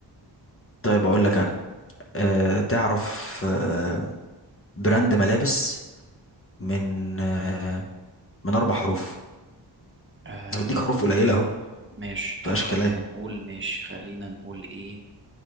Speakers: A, on the left; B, on the right.
A: طيب أقول لك أنا آه تعرف آه براند ملابس من آه، من اربع حروف
B: آه
A: انا بديك حروف قليله اهو
B: ماشي طيب
A: مفيهاش كلام
B: خلينا نقول ماشي خلينا نقول ايه